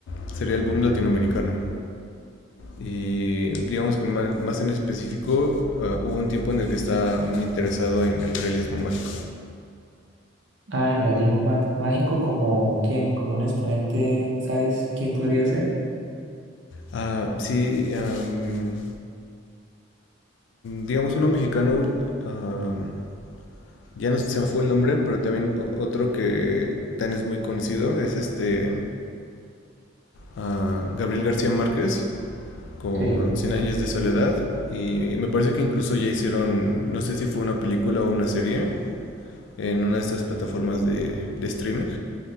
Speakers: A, on the left (about 80°); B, on the right (about 75°).
A: sería el boom latinoamericano. Y digamos que más, más en específico, uh, hubo un tiempo en el que estaba muy interesado en el realismo mágico.
B: Ah, el realismo ma- mágico, como quién, como un exponente, ¿sabes quién podría ser?
A: Ah, sí, um, digamos uno mexicano, um, ya no se me fue el nombre, pero también otro que también es muy conocido, es este uh, Gabriel García Márquez con
B: Sí.
A: Cien años de soledad y, y, me parece que incluso ya hicieron, no sé si fue una película o una serie en una de estas plataformas de, de streaming.